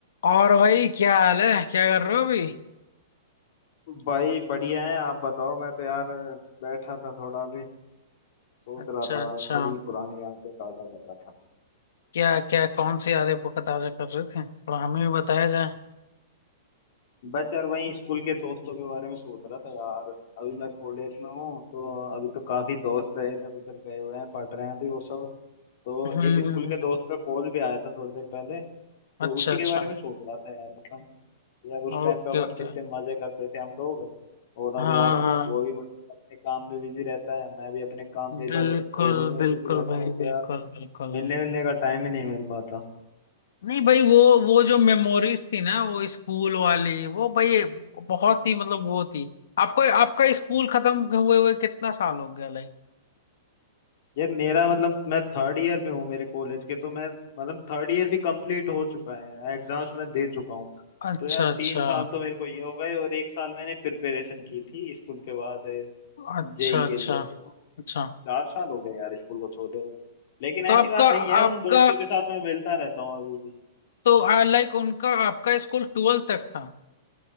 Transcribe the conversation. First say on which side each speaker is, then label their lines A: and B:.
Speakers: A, on the left; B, on the left.
A: और भाई क्या हाल है क्या कर रहे हो अभी
B: भाई बढ़िया है आप बताओ मैं तो यार बैठा था थोड़ा भी सोच
A: अच्छा
B: रहा था
A: अच्छा
B: थोड़ी पुरानी यादें ताजा कर रहा था
A: क्या क्या कौन सी यादें को ताजा कर रहे थे थोड़ा हमें भी बताया जाए
B: बस यार वही स्कूल के दोस्तों के बारे में सोच रहा था यार अभी मैं कॉलेज में हूँ तो अभी तो काफी दोस्त है इधर उधर गए हुए हैं पढ़ रहे हैं अभी वो सब तो
A: हम्म
B: एक
A: हम्म,
B: स्कूल
A: हम्म।
B: के दोस्त का कॉल भी आया था थोड़ी देर पहले तो
A: अच्छा
B: उसी
A: अच्छा
B: के बारे में सोच रहा था यार मतलब यार उस
A: Okay
B: टाइम पे अपन
A: okay
B: कितने मजे करते थे हम लोग और अब
A: हाँ
B: यार
A: हाँ
B: वो भी मतलब अपने काम में बिजी रहता है मैं भी अपने काम में इधर
A: बिल्कुल
B: कॉलेज में
A: बिल्कुल
B: बिजी रहता
A: भाई
B: हूँ तो
A: बिल्कुल
B: यार
A: बिल्कुल
B: मिलने मिलने का टाइम ही नहीं मिल पाता
A: नहीं भाई वो वो जो मेमोरीज थी ना वो स्कूल वाली वो भाई बहुत ही मतलब वो थी आपको आपका स्कूल खत्म हुए हुए कितना साल हो गया लाइक
B: यार मेरा मतलब मैं थर्ड ईयर में हूँ मेरे कॉलेज के तो मैं मतलब थर्ड ईयर भी कंप्लीट हो चुका है एग्जाम्स मैं दे चुका हूँ
A: अच्छा
B: तो यार
A: अच्छा
B: तीन साल तो मेरे को ये हो गए और एक साल मैंने प्रिपरेशन की थी स्कूल के बाद
A: अच्छा
B: जेई
A: अच्छा
B: के लिए तो
A: अच्छा
B: चार साल हो गए यार स्कूल को छोड़े हुए। लेकिन ऐसी
A: तो आपका
B: बात नहीं है
A: आपका
B: उन दोस्तों के साथ मैं मिलता रहता हूँ अभी भी
A: तो आ, लाइक उनका आपका स्कूल ट्वेल्थ तक था